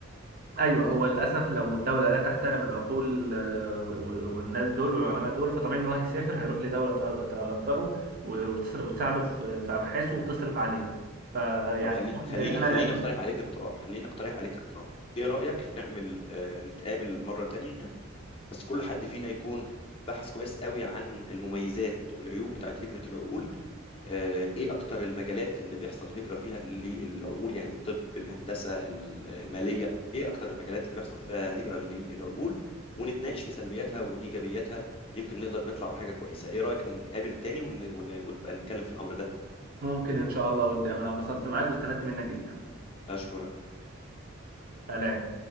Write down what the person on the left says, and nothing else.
طب خلي
خليني
خليني
اقترح عليك اقتراح خليني اقترح عليك اقتراح ايه رايك نعمل آه، نتقابل مره تانية بس كل حد فينا يكون بحث كويس قوي عن المميزات والعيوب بتاعت هجره العقول آه، ايه اكتر المجالات اللي بيحصل هجرة فيها للعقول يعني الطب الهندسة المالية ايه اكتر المجالات اللي بيحصل فيها هجرة للعقول ونتناقش في سلبياتها وايجابياتها يمكن نقدر نطلع بحاجة كويسة ايه رأيك نتقابل تاني ون... ون... ونبقى نتكلم في الامر ده
اشكرك